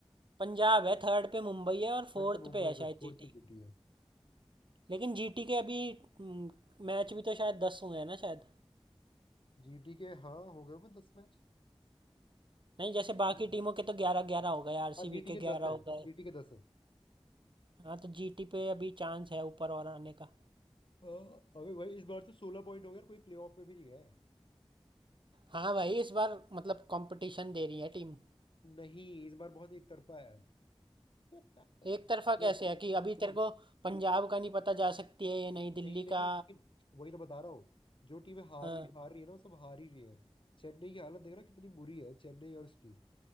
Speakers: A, on the right; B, on the left.
A: पंजाब है थर्ड पे मुंबई है और फोर्थ
B: थर्ड पे मुंबई
A: पे है
B: पे
A: शायद
B: फोर्थ
A: जीटी
B: पे जीटी है
A: लेकिन जीटी के अभी मैच भी तो शायद दस हुए हैं ना शायद
B: जीटी के हाँ हो गए होंगे दस मैच
A: नहीं जैसे बाकी टीमों के तो ग्यारह ग्यारह हो गए आरसीबी
B: हाँ जीटी
A: के
B: के
A: ग्यारह
B: दस है
A: हो गए
B: जीटी के दस है
A: हाँ तो जीटी पे अभी चांस है ऊपर और आने का
B: हाँ, अबे भाई इस बार तो सोलह पॉइंट हो गया और कोई प्लेऑफ में भी नहीं गया है
A: हाँ भाई इस बार मतलब कंपटीशन दे रही है टीम
B: नहीं इस बार बहुत एक तरफा है <laughs>
A: एक तरफा
B: जो
A: कैसे है कि अभी तेरे को पंजाब का नहीं पता जा सकती है ये नहीं दिल्ली
B: नहीं नहीं
A: का
B: नहीं वही तो बता रहा हूँ जो टीमें हार
A: हाँ,
B: रही हार रही है ना वो सब हार ही रही है चेन्नई की हालत देख रहा है कितनी बुरी है चेन्नई और उसकी